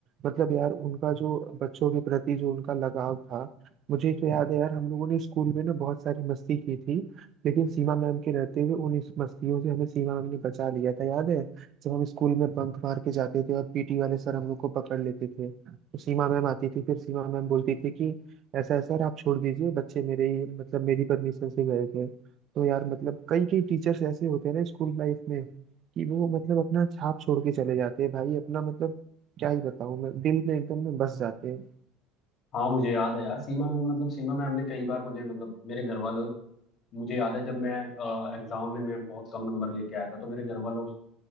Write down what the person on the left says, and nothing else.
हाँ मुझे याद है यार सीमा मैम मतलब सीमा मैम ने कई बार मुझे मतलब मेरे घर वालों मुझे याद है जब मैं एग्जाम में मैं बहुत कम नंबर लेके आया था तो मेरे घर वालों